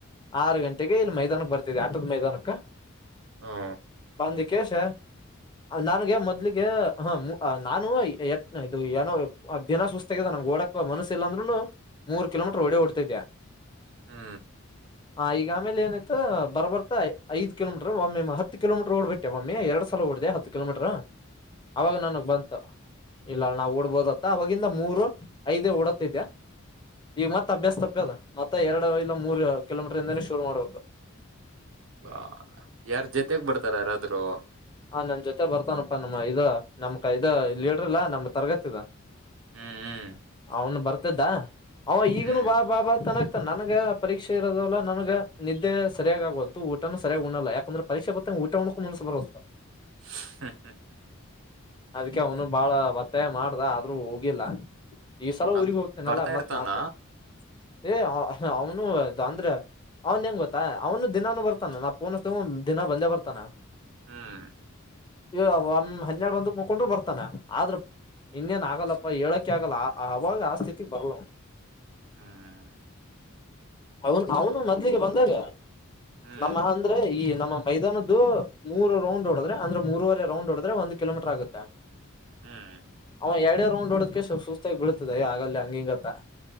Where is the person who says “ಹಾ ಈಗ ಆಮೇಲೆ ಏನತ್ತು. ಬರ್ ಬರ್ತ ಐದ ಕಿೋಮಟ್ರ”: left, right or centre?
Left